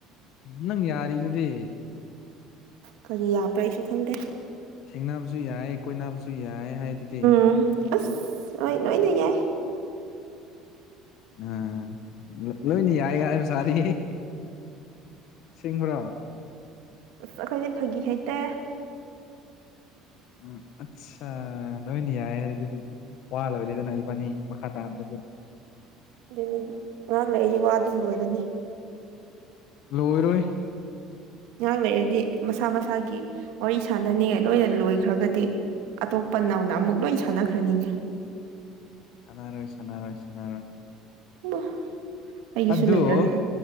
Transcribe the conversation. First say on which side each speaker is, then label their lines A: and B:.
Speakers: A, on the left; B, on the right.
A: ꯅꯪ ꯌꯥꯔꯤꯗꯨꯗꯤ
B: ꯀꯔꯤ ꯌꯥꯕ꯭ꯔꯥ ꯑꯩꯁꯨ ꯈꯪꯗꯦ
A: ꯊꯦꯡꯅꯕꯁꯨ ꯌꯥꯏ ꯀꯣꯏꯅꯕꯁꯨ ꯌꯥꯏ ꯍꯥꯏꯗꯨꯗꯤ
B: ꯎꯝ ꯑꯁ ꯍꯣꯏ ꯅꯣꯏꯅ ꯌꯥꯏ
A: ꯑꯥ ꯂꯣꯏꯅ ꯌꯥꯏꯒ ꯍꯥꯏꯕ ꯁꯥꯥꯔꯤ ꯁꯤꯡꯕ꯭ꯔꯣ
B: ꯑꯁ ꯑꯩꯈꯣꯏꯗꯤ ꯐꯥꯒꯤ ꯍꯩꯇꯦ
A: ꯎꯝ ꯑꯆꯁꯥ ꯂꯣꯏꯅ ꯌꯥꯏ ꯍꯥꯏꯔꯗꯤ ꯋꯥ ꯂꯣꯏꯔꯦꯗꯅ ꯏꯕꯥꯅꯤ ꯃꯈꯥ ꯇꯥꯍꯟꯗ꯭ꯔꯁꯨ
B: ꯑꯗꯨꯅꯤ ꯉꯥꯏꯍꯥꯛ ꯂꯩꯔꯗꯤ ꯋꯥ ꯗꯨꯝ ꯂꯣꯏꯔꯅꯤ
A: ꯂꯣꯏꯔꯣꯏ
B: ꯉꯍꯥꯛ ꯂꯩꯔꯗꯤ ꯃꯁꯥ ꯃꯁꯥꯒꯤ ꯋꯥꯔꯤ ꯁꯥꯟꯅꯅꯤꯡꯉꯥꯏ ꯂꯣꯏꯅ ꯂꯣꯏꯈ꯭ꯔꯒꯗꯤ ꯑꯇꯣꯞꯄ ꯅꯧꯅ ꯑꯃꯨꯛ ꯂꯣꯏ ꯁꯥꯟꯅꯈ꯭ꯔꯅꯤꯅꯦ
A: ꯁꯅꯥꯔꯣꯏ ꯁꯅꯥꯔꯣꯏ ꯁꯅꯥꯔꯣꯏ
B: ꯃꯥ ꯑꯩꯒꯤꯁꯨ
A: ꯑꯗꯨ
B: ꯂꯩꯗꯝꯅꯤ